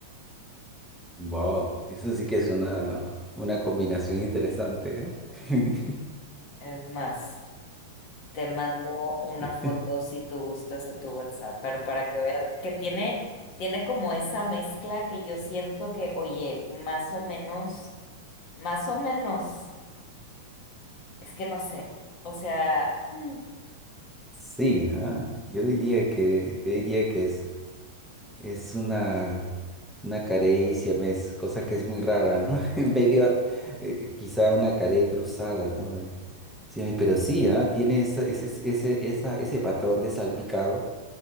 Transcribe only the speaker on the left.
Es más. Te mando una
foto si tú gustas a tu WhatsApp, pero para que veas que tiene, tiene como esa mezcla que yo siento que, oye, más o menos, más o menos, es que no sé, o sea, hmm,